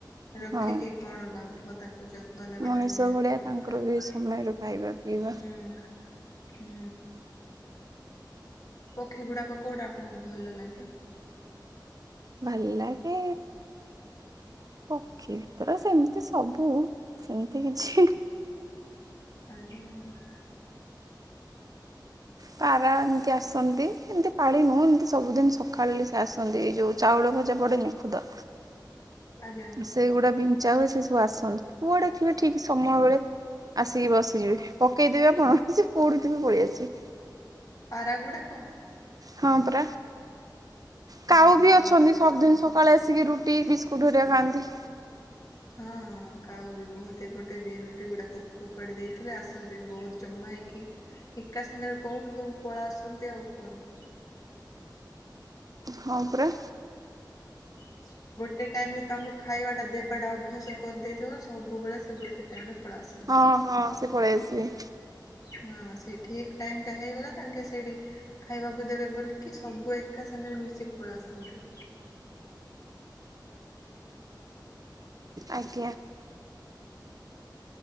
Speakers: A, on the left; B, on the right.
A: ରଖିକି
B: ହଁ
A: କଣ ଲାଭ ତା ଯତ୍ନ ନେବାଟା
B: ମଣିଷ
A: ବି ନିହାତି
B: ଭଳିଆ
A: ଦରକାର
B: ତାଙ୍କର ବି ସମୟର ଖାଇବା ପିଇବା
A: ହୁଁ। ହୁଁ। ପକ୍ଷୀ ଗୁଡାକ କୋଉଟା ଆପଣଙ୍କୁ ଭଲ ଲାଗେ?
B: ଭଲ ଲାଗେ ପକ୍ଷୀ ଭିତର ସେମିତି ସବୁ ସେମିତି କିଛି
A: ଆଜ୍ଞା ଆଜ୍ଞା।
B: ପାରା ଏମିତି ଆସ ଆସନ୍ତି ଏମିତି ପାଳି ନୁହଁ ଏମିତି ସବୁଦିନ ସକାଳ ସେ ଆସନ୍ତି ଯୋଉ ଚାଉଳ ଭଜା ପଡେନି ଖୁଦ।
A: <inaudible> ଆଜ୍ଞା ଆଜ୍ଞା ଆଜ୍ଞା
B: ସେଗୁଡା ବିଞ୍ଚା ହୁଏ ସେ ସବୁ ଆସନ୍ତି କୁଆଡେ ଥିବେ ଠିକ୍ ସମୟ ବେଳେ ଆସିକି ବସିଯିବି ପକେଇଦବି ଆପଣ ସେ କୋଉଠିଥିବେ ପଳେଇ ଆସିବେ।
A: ପାରାଗୁଡାକ।
B: ହଁ ପରା
A: ହଁ
B: କାଉ ବି
A: ବହୁତ
B: ଅଛନ୍ତି
A: ସେପଟେ
B: ସବଦିନ
A: ନା
B: ସକାଳେ ଆସିକି ରୁଟି କୁଟୁହରିଆ ଖାଆନ୍ତି।
A: ହଁଁ ଖାଉ ବି ବହୁତ ଏପଟେ ବି ରୁଟି ଗୁଡାକ ଫୋପାଡ଼ି ଦେଇଥିଲେ ଆସନ୍ତି ବହୁତ ଜମା ହେଇକି। ଏକା ସାଙ୍ଗରେ କୋଉଠୁ ସବୁ ପଳେଇ ଆସନ୍ତି ଆଉ କୁହନି।
B: ହଁ ପୁରା।
A: <inaudible> ଗୋଟେ ଟାଇମ୍ ରେ ତାଙ୍କୁ ଖାଇବା ଟା ଦେବାଟା ଅଭ୍ୟାସ କରିଦେଇଥିବ ସବୁବେଳେ ସେ ଗୋଟେ ଟାଇମ୍ ରେ ପଳା ଆସନ୍ତି।
B: ହଁ ହଁ ସେ ପଳେଇ ଆସିବେ।
A: ହଁ ସେଇ ଠିକ୍ ଟାଇମ୍ ଟା ହେଇଗଲା ତାଙ୍କେ ସେଇଠି ଖାଇବାକୁ ଦେବେ ବୋଲିକି ସବୁ ଏକା ସାଙ୍ଗରେ ମିଶିକି ପଳେଇ ଆସନ୍ତି।
B: ଆଜ୍ଞା।